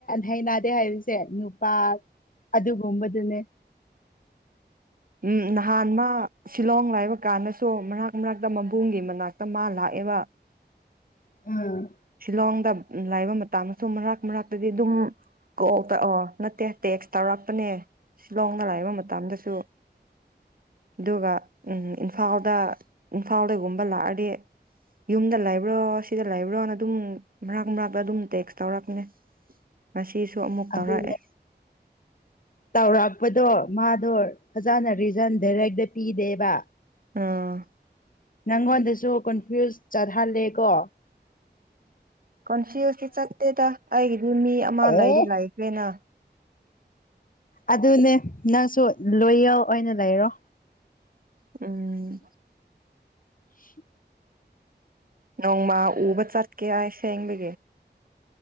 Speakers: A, on the left; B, on the right.
A: ꯍꯩꯅꯗꯦ ꯍꯥꯏꯁꯦ ꯁꯦ ꯅꯨꯄꯥ ꯑꯗꯨꯒ ꯒꯨꯝꯕꯗꯨꯨꯅꯦ
B: ꯎꯝ ꯅꯍꯥꯟ ꯃꯥ ꯁꯤꯂꯣꯡ ꯂꯥꯏꯕ ꯀꯥꯟꯗꯁꯨ ꯃꯔꯛ ꯃꯔꯛꯇ ꯃꯕꯨꯡꯒꯤ ꯃꯅꯥꯛꯇ ꯃꯥ ꯂꯥꯛꯑꯦꯕ
A: ꯑꯝ
B: ꯁꯤꯂꯣꯡꯗ ꯂꯥꯏꯕ ꯃꯇꯝꯗꯁꯨ ꯃꯔꯛ ꯃꯔꯛꯇꯗꯤ ꯑꯗꯨꯝ ꯀ ꯇꯑꯣ ꯅꯠꯇꯦ ꯇꯦꯛꯁ ꯇꯧꯔꯛꯄꯅꯦ ꯁꯤꯂꯣꯡꯗ ꯂꯥꯏꯕ ꯃꯇꯝꯗꯁꯨ ꯃꯥꯔꯛ ꯃꯥꯔꯛꯇꯗꯤ ꯑꯗꯨꯝ ꯀꯣꯛꯇ ꯑꯣ ꯅꯠꯇꯦ ꯇꯦꯛꯁ ꯇꯧꯔꯛꯄꯅꯦ ꯁꯤꯂꯣꯡꯗ ꯂꯩꯕ ꯃꯇꯝꯗꯁꯨ ꯑꯗꯨꯒ ꯎꯝ ꯏꯝꯐꯥꯜꯗ ꯏꯝꯐꯥꯜꯗꯒꯨꯝꯕ ꯂꯥꯛꯑꯗꯤ ꯌꯨꯝꯗ ꯂꯩꯕ꯭ꯔꯣ ꯁꯤꯗ ꯂꯩꯕ꯭ꯔꯣꯅ ꯑꯗꯨꯝ ꯃꯔꯥꯛ ꯃꯔꯥꯛꯛꯇ ꯑꯗꯨꯝ ꯇꯦꯛꯁ ꯇꯧꯔꯛꯄꯅꯦ ꯉꯁꯤꯗꯨ ꯁꯤꯁꯨ ꯑꯃꯨꯛ
A: ꯑꯗꯨꯅꯦ
B: ꯇꯧꯔꯛꯑꯦ
A: ꯇꯧꯔꯛꯄꯗꯣ ꯃꯥ ꯗꯣ ꯐꯖꯅ ꯔꯤꯖꯟ ꯗꯥꯏꯔꯦꯛꯇ ꯄꯤꯗꯦꯕ
B: ꯑꯥ
A: ꯅꯪꯉꯣꯟꯗꯁꯨ ꯀꯣꯟꯐ꯭ꯌꯨꯁ ꯆꯠꯍꯜꯂꯦ ꯀꯣ
B: ꯀꯣꯟꯐꯤꯌꯁꯇꯤ ꯆꯠꯇꯦꯗ ꯑꯩꯒꯤꯗꯤ ꯃꯤ ꯑꯃ
A: ꯑꯦ
B: ꯂꯩꯗꯤ ꯂꯩꯈ꯭ꯔꯦꯅ
A: ꯑꯗꯨꯅꯦ ꯅꯪꯁꯨ ꯂꯣꯌꯔ ꯑꯣꯏꯅ ꯂꯩꯔꯣ
B: ꯎꯝ
A: <inaudible>
B: ꯅꯣꯡꯃꯥ ꯎꯕ ꯆꯠꯀꯦꯁꯦ ꯍꯡꯕꯦ